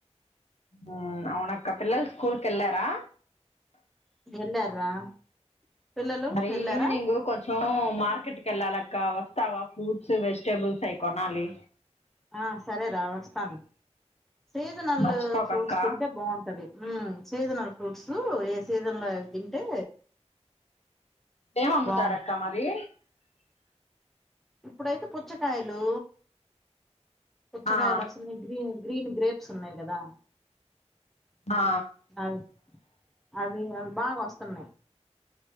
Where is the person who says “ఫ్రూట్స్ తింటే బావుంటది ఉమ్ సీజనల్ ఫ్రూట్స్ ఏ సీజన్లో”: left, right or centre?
Centre